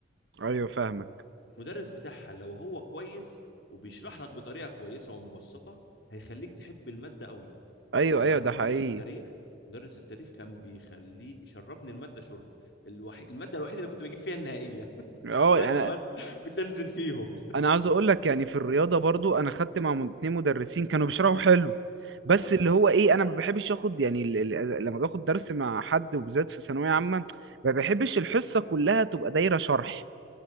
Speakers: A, on the right; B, on the left.
A: ايوه فاهمك
B: المدرس بتاعها لو هو كويس وبيشرح لك بطريقه كويسه ومبسطه هيخليك تحب الماده قوي
A: ايوه
B: يعني انا
A: ايوه
B: عندي
A: ده
B: مدرس
A: حقيقي
B: التاريخ مدرس التاريخ كان بيخليني شربني الماده شرب الوحي... الماده الوحيده اللي كنت بجيب فيها النهائيه <laughs>
A: اه
B: الباقي
A: يعني
B: المواد كنت انزل فيهم
A: انا عاوز اقول لك يعني في الرياضه برضو انا خدت مع مد- اتنين مدرسين كانوا بيشرحوا حلو
B: <laughs>
A: بس
B: تمام
A: اللي هو ايه انا ما بحبش اخد يعني ال- ال- لما باخد درس مع حد وبالذات في ثانويه عامه ما بحبش الحصه كلها تبقى دايره شرح